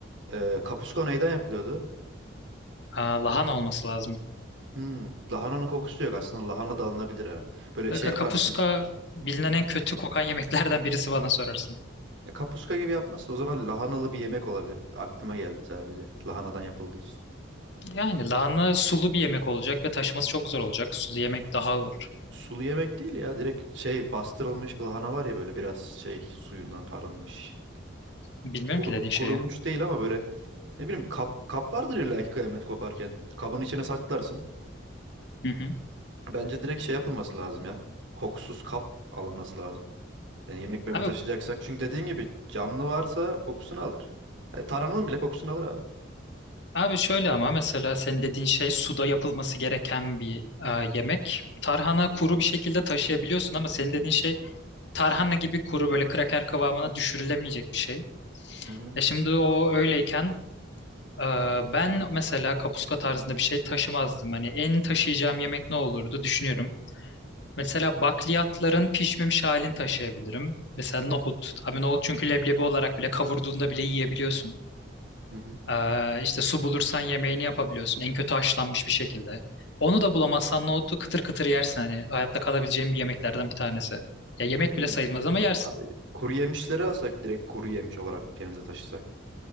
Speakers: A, on the right; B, on the left.
A: Eee kapuska neyden yapılıyordu?
B: Aa, lahana olması lazım.
A: Hmm, lahananın kokusu yok. Aslında lahana da alınabilir ha. Böyle
B: Kanka,
A: şey yaparsın.
B: kapuska bilinen en kötü kokan yemeklerden <laughs> birisi bana sorarsın.
A: Ya kapuska gibi yapmazsın. O zaman lahanalı bir yemek olabilir. Aklıma geldi sadece. Lahanadan yapıldığı için.
B: Yani lahana sulu bir yemek olacak ve taşıması çok zor olacak. Sulu yemek daha ağır.
A: Sulu yemek değil ya. Direkt şey bastırılmış bir lahana var ya böyle biraz şey suyundan arınmış.
B: Bilmiyorum
A: Kurum,
B: ki dediğin şeyi.
A: kurumuş değil ama böyle ne bileyim kap, kap vardır illa ki kıyamet koparken. Kabın içine saklarsın.
B: Hı hı.
A: Bence direkt şey yapılması lazım ya. Kokusuz kap alınması lazım. Yani yemek memek
B: Abi
A: taşıyacaksak. Çünkü dediğin gibi canlı varsa kokusunu alır. E, Taranın bile kokusunu alır abi.
B: Abi şöyle ama mesela senin dediğin şey suda yapılması gereken bir e, yemek. Tarhana kuru bir şekilde taşıyabiliyorsun ama senin dediğin şey tarhana gibi kuru böyle kraker kıvamına düşürülemeyecek bir şey.
A: Hı hı.
B: E şimdi o öyleyken e, ben mesela kapuska tarzında bir şey taşımazdım. Hani en taşıyacağım yemek ne olurdu düşünüyorum. Mesela bakliyatların pişmemiş halini taşıyabilirim. Mesela nohut. Abi nohut çünkü leblebi olarak bile kavurduğunda bile yiyebiliyorsun.
A: Hı hı.
B: E, işte su bulursan yemeğini yapabiliyorsun. En kötü haşlanmış bir şekilde. Onu da bulamazsan nohutu kıtır kıtır yersin hani. Hayatta kalabileceğin bir yemeklerden bir tanesi. Ya yemek
A: Hmm.
B: bile sayılmaz ama yersin.
A: Abi kuru yemişleri alsak direkt kuru yemiş olarak yerimize taşısak.